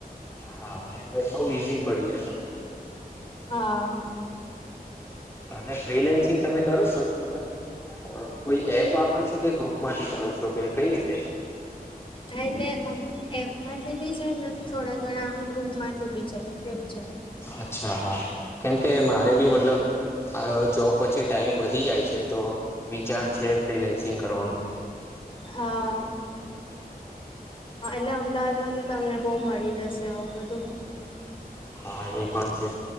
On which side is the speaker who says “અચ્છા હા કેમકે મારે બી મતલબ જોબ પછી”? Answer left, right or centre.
Left